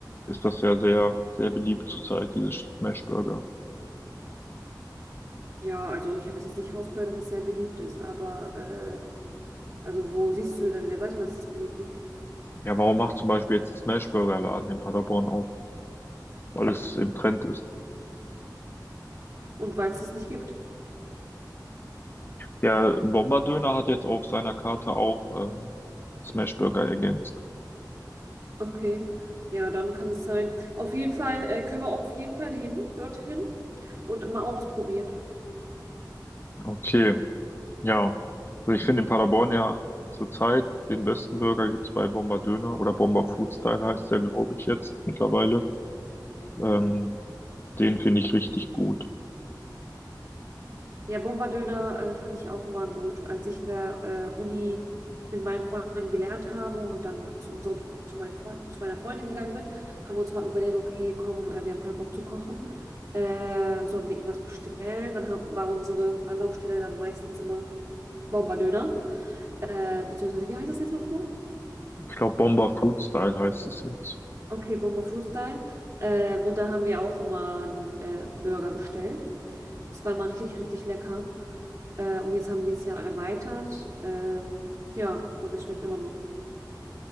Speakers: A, on the left; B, on the right.
A: ist das ja sehr, sehr beliebt zurzeit, diese Smashburger.
B: Ja, also ich habe es jetzt nicht rausgehört, dass das sehr beliebt ist, aber äh, also wo siehst du denn, wer sagt denn, dass es beliebt ist?
A: Ja, warum macht zum Beispiel jetzt ein Smashburger-Laden in Paderborn auf? Weil es im Trend ist.
B: Und weil es das nicht gibt.
A: Ja, Bomberdöner hat jetzt auf seiner Karte auch ähm, Smashburger ergänzt.
B: Okay. Ja, dann kann es sein. Auf jeden Fall, äh, können wir auf jeden Fall hin, dorthin und mal ausprobieren.
A: Okay, ja. Also ich finde in Paderborn ja zurzeit den besten Burger gibt's bei Bomberdöner oder Bomber Food Style heißt der, glaube ich, jetzt mittlerweile. Ähm, den finde ich richtig gut.
B: Ja, Bombardöner äh, fand ich auch immer gut. Als ich in der äh, Uni mit meinen Freunden gelernt habe und dann zu unseren, Fre- zu meinen Freunden, zu meiner Freundin gegangen bin, haben wir uns immer überlegt, okay, komm, äh, wir haben keinen Bock zu kochen, äh, sollen wir irgendwas bestellen? Dann haben, war unsere Anlaufstelle dann meistens immer Bombardöner, äh, beziehungsweise, wie heißt das jetzt nochmal?
A: Ich glaube, Bomber Food-Style heißt es jetzt.
B: Okay, Bomber Food Style. Ähm, und da haben wir auch immer einen äh, Burger bestellt. Das war immer richtig, richtig lecker. Äh, und jetzt haben die es ja erweitert. Ähm, ja, und es schmeckt immer noch.